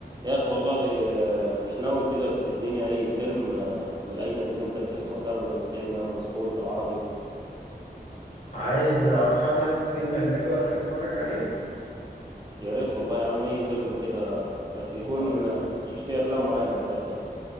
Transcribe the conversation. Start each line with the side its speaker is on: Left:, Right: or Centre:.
Right: يا اخي والله آه، مش ناوي كده تديني اي فيلم آه، من الاجنبي اللي انت بتسمعه ده بدل ما سايبني انا مسحول في العربي
Left: عايز ارشح لك فيلم اجنبي ولا حاجه تتفرج عليه
Right: يا ريت والله يا عم اي فيلم كده بس يكون
Left: هقول
Right: آه،
Left: لك
Right: أصل أنا في افلام معينه بحبها